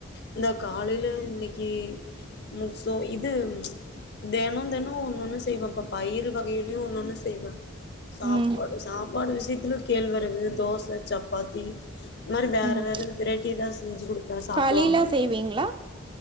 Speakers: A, on the left (about 55°); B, on the right (about 25°).
A: இந்த காலேல இன்னிக் இ முசோவி இது தெனோந் தெனோ ஒன்னொன்னு செய்வன் பப் பயிறு வகைகலியு ஒன்னொன்னு செய்வ சாப்பாடு
B: ம்
A: சாப் ப்பாடு விஷயத்துல கேழ்வரகு தோச சப் பாத்தி இந்த் மாரி வேற
B: ம்
A: வேற வெரைட்டிதா செஞ்சிக் குடுப்பேன் சாப்டுவாங்க
B: களிலா செய்வீங்களா